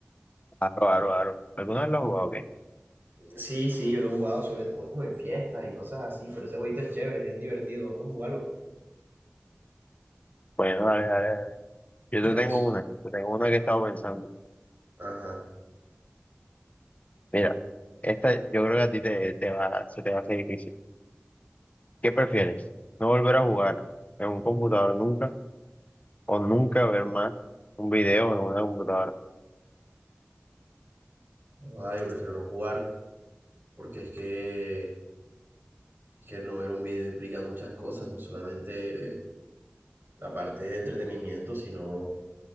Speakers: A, on the left; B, on the right.
A: Aro, aro, aro. ¿Alguna vez lo has jugado? ¿Qué?
B: Sí, sí, yo lo he jugado sobre todo como en fiestas y cosas así, pero ese jueguito es chévere, es divertido, vamos a jugarlo.
A: Bueno, dale, dale, dale. Yo
B: Dale,
A: te tengo
B: eso.
A: una. Te tengo una que estaba pensando.
B: Ajá.
A: Mira, esta yo creo que a ti te, te va, se te va a hacer difícil. ¿Qué prefieres? ¿No volver a jugar en un computador nunca o nunca ver más un video en una computadora?
B: Ah, yo prefiero no jugar, porque es que, es que no ver un video implica muchas cosas, no solamente la parte de entretenimiento, sino